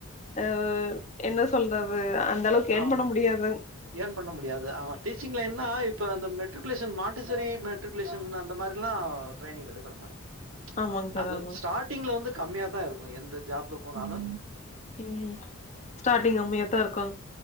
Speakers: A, on the left (about 35°); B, on the right (about 75°).
A: அ வ் என்ன சொல்றது அந்த அளவுக்கு ஏர்ன்
B: ஆம்
A: பண்ண முடியாதுங்
B: ஏன் பண்ண முடியாது ஆமா டீச்சிங் லைன்னா இப்ப அந்த மெட் ரிகுலேஷன் மாட்டசெரி மெட்ரிக்குலேசன் அந்த மாரில்லா ட்ரைய்னிங் எடுக்கணும் மேடம்
A: ஆமாங் சார்
B: அது
A: ஆமாங்
B: ஸ்டாட்டிங்ல வந்து கம்மியாதா இருக்கு எந்த ஜாப்ல போனாலு
A: ம் ஸ்டாட்டிங் கம்மியாத்தா இருக்கு